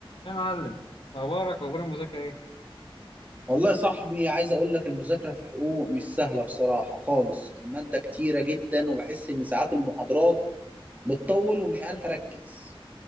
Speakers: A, on the left; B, on the right.
A: يا معلم اخبارك واخبار المذاكره ايه
B: والله يا صاحبي عايز اقول لك المذاكره في حقوق مش سهله بصراحه خالص الماده كتيره جدا وبحس ان ساعات المحاضرات بتطول ومش عارف اركز